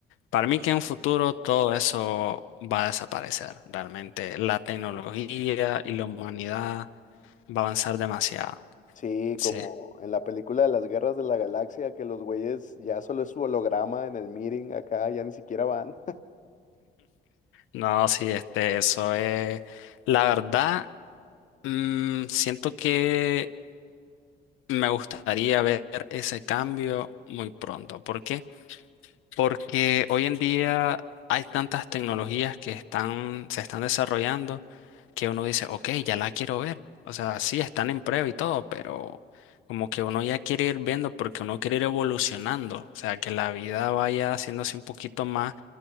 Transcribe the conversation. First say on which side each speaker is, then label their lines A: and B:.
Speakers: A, on the left (about 85°); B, on the left (about 40°).
A: Para mí que en un futuro todo eso va a desaparecer, realmente la tecnología y la humanidad va a avanzar demasiado.
B: Sí,
A: Sí.
B: como en la película de las Guerras de la Galaxia, que los güeyes ya solo es su holograma en el meeting acá, ya ni siquiera van.
A: No, sí, este, eso es. La verdad, mm, siento que me gustaría ver ese cambio muy pronto. ¿Por qué? porque hoy en día hay tantas tecnologías que están, se están desarrollando que uno dice, ok, ya la quiero ver. O sea, sí, están en prueba y todo, pero como que uno ya quiere ir viendo porque uno quiere ir evolucionando. O sea, que la vida vaya haciéndose un poquito más